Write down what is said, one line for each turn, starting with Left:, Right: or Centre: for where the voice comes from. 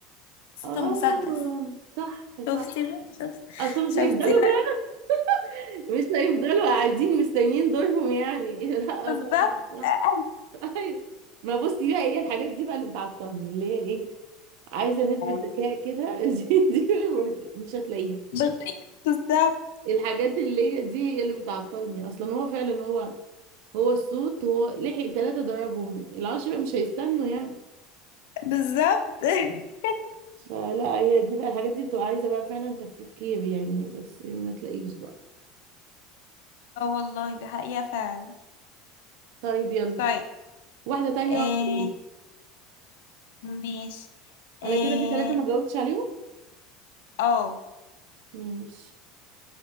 Left: صوت
Right: اه
Left: المسدس
Right: صح
Left: شفتي
Right: صح
Left: بقى شفتي
Right: اصلا مش
Left: شفتي
Right: هيفضلوا بقى مش هيفضلوا قاعدين مستنيين دورهم يعني <laughs> لا
Left: بقى
Right: طبعا
Left: بالظبط
Right: صح
Left: <laughs>
Right: ايوه ما بصي بقى ايه الحاجات دي بقى اللي بتعطلني اللي هي ايه عايزه نسبه
Left: أيوة.
Right: ذكاء كده <laughs> دي, دي ما بت- مش هتلاقيها
Left: بال- شطير. بالظبط
Right: الحاجات اللي هي دي هي اللي بتعطلني اصلا هو فعلا هو هو الصوت هو لحق ثلاثه ضربهم العشره مش هيستنوا يعني
Left: بالظبط <laughs>
Right: فلا هي دي بقى الحاجات دي بتبقى عايزة بقى فعلا تفكير يعني بس ما تلاقيش بقى
Left: اه والله دي حقيقة فعلا
Right: طيب يلا
Left: طيب
Right: واحدة تانية
Left: آه
Right: بقى خلاص.
Left: ماشي اه
Right: انا كده في ثلاثة ما جاوبتش عليهم
Left: آه.
Right: ماشي